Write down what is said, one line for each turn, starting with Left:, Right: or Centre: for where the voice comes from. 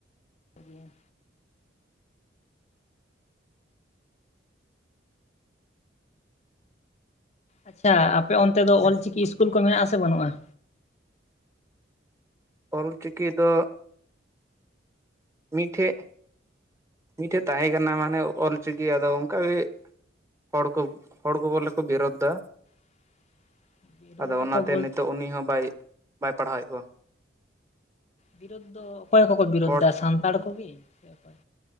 Left: ᱜᱮᱭᱟ᱾ ᱟᱪᱪᱷᱟ ᱟᱯᱮ ᱚᱱᱛᱮ ᱫᱚ ᱚᱞᱪᱤᱠᱤ ᱤᱥᱠᱩᱞ ᱠᱚ ᱢᱮᱱᱟᱜ ᱟᱥᱮ ᱵᱟᱹᱱᱩᱜᱼᱟ?
Right: ᱚᱞᱪᱤᱠᱤ ᱫᱚ ᱢᱤᱫᱴᱷᱮᱡ, ᱢᱤᱫᱴᱷᱮᱡ ᱛᱟᱦᱮᱸ ᱠᱟᱱᱟ ᱢᱟᱱᱮ ᱚᱞᱪᱤᱠᱤ ᱟᱫᱚ ᱚᱱᱠᱟ ᱜᱮ ᱦᱚᱲ ᱠᱚ, ᱦᱚᱲ ᱠᱚ ᱵᱚᱞᱮ ᱠᱚ ᱵᱤᱨᱳᱫᱷᱫᱟ᱾
Left: <inaudible>
Right: ᱟᱫᱚ
Left: ᱫᱟᱠᱚ
Right: ᱚᱱᱟᱛᱮ
Left: ᱵᱚᱞ
Right: ᱱᱤᱛᱚᱜ ᱩᱱᱤ ᱦᱚᱸ ᱵᱟᱭ, ᱵᱟᱭ ᱯᱟᱲᱦᱟᱣᱮᱫ ᱠᱚᱣᱟ᱾
Left: ᱵᱤᱨᱩᱫᱽ ᱫᱚ ᱚᱠᱚᱭ ᱠᱚᱠᱚ ᱵᱤᱨᱩᱫᱽᱫᱟ
Right: ᱦᱚᱲ
Left: ᱥᱟᱱᱛᱟᱲ ᱠᱚᱜᱮ ᱥᱮ ᱚᱠᱚᱭ?